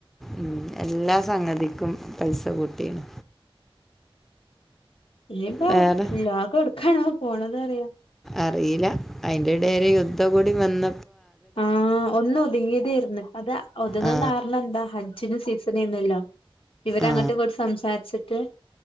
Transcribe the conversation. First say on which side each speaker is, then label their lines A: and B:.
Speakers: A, in the centre; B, on the left.
A: ഉം എല്ലാ സംഗതിക്കും പൈസ കൂട്ടീണ്
B: ഇനിയിപ്പോ
A: വേറെ
B: ലോകം എടുക്കണ പോണതറിയ
A: അറിയില്ല അയിന്റെ ഇട ഒരു യുദ്ധം കൂടി വന്ന
B: ആ ഒന്ന് ഒതുങ്ങിയതന്ന് അത് ഒതുങ്ങാൻ
A: ആ
B: കാരണം എന്താ അച്ചന് സീസണ യുന്നല്ലോ ഇവര
A: ആ
B: അങ്ങോട്ട് കൊറച്ച് സംസാരിച്ചിട്ട്